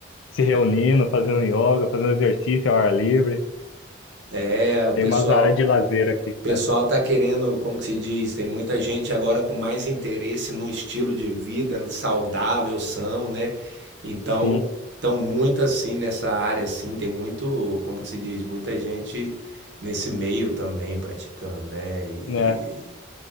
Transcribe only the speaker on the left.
se reunindo, fazendo yoga, fazendo exercício ao ar livre.
Tem umas áreas de lazer aqui.
É,
sim,
né?